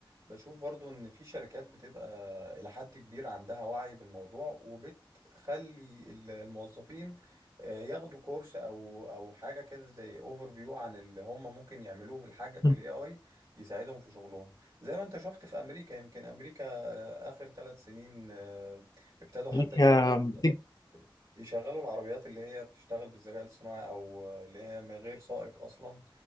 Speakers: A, on the right; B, on the left.
A: بشوف برضو ان في شركات بتبقى الى حد كبير عندها وعي بالموضوع وبتخلي ال- الموظفين آه، ياخدوا كورس او او حاجه كده زي اوفر فيو عن اللي هم ممكن يعملوه بالحاجه بالاي
B: مم.
A: اي يساعدهم في شغلهم زي ما انت شفت في امريكا يمكن امريكا آه، اخر ثلاث سنين آه، ابتدوا حتى
B: امريكا
A: يشغلوا
B: بتج-
A: يشغلوا العربيات اللي هي بتشتغل بالذكاء الصناعي او اللي هي من غير سائق اصلا